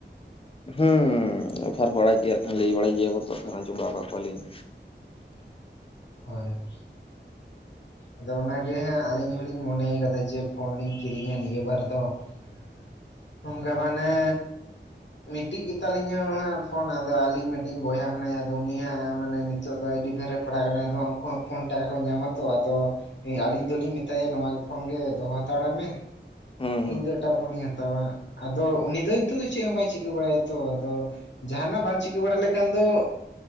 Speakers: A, on the left; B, on the left.
A: ᱦᱮᱸ ᱚᱯᱷᱟᱨ ᱠᱚ ᱟᱲᱟᱜ ᱜᱮᱭᱟ ᱠᱚ ᱞᱟᱹᱭ ᱵᱟᱲᱟᱭ ᱜᱮᱭᱟ ᱠᱚ ᱟᱡᱚᱢ ᱵᱟᱲᱟ ᱟᱠᱟᱫ ᱠᱚᱣᱟᱞᱤᱧ᱾
B: ᱦᱳᱭ ᱾ ᱟᱫᱚ ᱚᱱᱟᱜᱮ ᱦᱟᱸᱜ ᱟᱹᱞᱤᱧ ᱦᱚᱞᱤᱧ ᱢᱚᱱᱮ ᱠᱟᱫᱟ ᱡᱮ ᱯᱷᱳᱱ ᱞᱤᱧ ᱠᱤᱨᱤᱧᱟ ᱱᱤᱭᱟᱹ ᱵᱟᱨ ᱫᱚ ᱾ ᱚᱝᱠᱟ ᱢᱟᱱᱮ ᱢᱤᱫᱴᱤᱡ ᱜᱮᱛᱟᱞᱤᱧᱟᱹ ᱦᱟᱸᱜ ᱯᱷᱳᱱ ᱟᱫᱚ ᱟᱹᱞᱤᱧ ᱢᱤᱫᱴᱤᱡ ᱵᱚᱭᱦᱟ ᱢᱮᱱᱟᱭᱟ ᱟᱫᱚ ᱩᱱᱤ ᱦᱟᱸᱜ ᱢᱟᱱᱮ ᱱᱤ ᱱᱤᱛᱚᱜ ᱫᱚ ᱟᱹᱰᱤ ᱰᱷᱮᱨ ᱨᱮ ᱯᱟᱲᱦᱟᱜ ᱠᱟᱱᱟ ᱟᱫᱚ ᱩᱱᱠᱩ ᱦᱚᱸ ᱯᱷᱳᱱ ᱴᱟᱠᱟ ᱠᱚ ᱧᱟᱢᱟ ᱛᱚ ᱾ ᱟᱫᱚ ᱮ ᱟᱞᱤᱧ ᱫᱚᱞᱤᱧ ᱢᱮᱛᱟᱭᱟ ᱱᱚᱣᱟ ᱯᱷᱳᱱ ᱜᱮ ᱫᱚᱦᱚ ᱦᱟᱛᱟᱲ ᱢᱮ ᱾
A: ᱦᱩᱸ ᱦᱩᱸ
B: ᱤᱧ ᱫᱚ ᱮᱴᱟᱜ ᱯᱷᱳᱱᱤᱧ ᱦᱟᱛᱟᱣᱼᱟ, ᱟᱫᱚ ᱩᱱᱤ ᱫᱚ ᱱᱤᱛᱚᱜ ᱫᱚ ᱪᱮᱜ ᱦᱚᱸ ᱵᱟᱭ ᱪᱤᱠᱟᱹ ᱵᱟᱲᱟᱭᱟ ᱛᱚ, ᱟᱫᱚ ᱡᱟᱦᱟᱱᱟᱜ ᱵᱟᱝ ᱪᱤᱠᱟᱹ ᱵᱟᱲᱟ ᱞᱮᱠᱷᱟᱱ ᱫᱚ ᱾